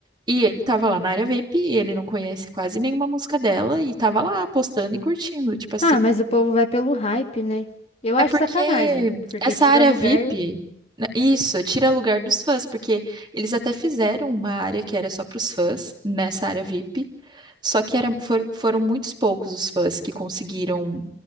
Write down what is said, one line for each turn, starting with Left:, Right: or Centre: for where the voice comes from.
Right: E ele tava lá na área VIP e ele não conhece quase nenhuma música dela e tava lá postando e curtindo, tipo assim.
Left: Ah, mas o povo vai pelo hype, né? Eu
Right: É
Left: acho
Right: porque
Left: sacanagem, porque
Right: essa
Left: tira
Right: área
Left: lugar.
Right: VIP, né, isso, tira lugar dos fãs, porque eles até fizeram uma área que era só para os fãs, nessa área VIP, só que era, for- foram muitos poucos os fãs que conseguiram.